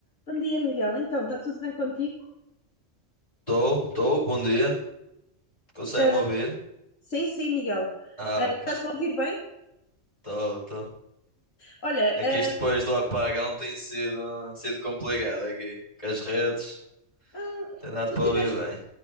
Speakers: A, on the left; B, on the left.
A: Bom dia, Miguel. Então, está tudo bem contigo?
B: tô tô bom dia. Consegue-me
A: Ah,
B: ouvir?
A: sim, sim, Miguel.
B: Ah,
A: Ah, estás-me
B: ok.
A: a ouvir bem?
B: tô estou.
A: Olha,
B: É
A: ah,
B: que isto depois do apagão tem sido, sido complicado aqui. Com as redes,
A: ah,
B: tem dado
A: tu
B: para ouvir
A: tiveste,
B: bem.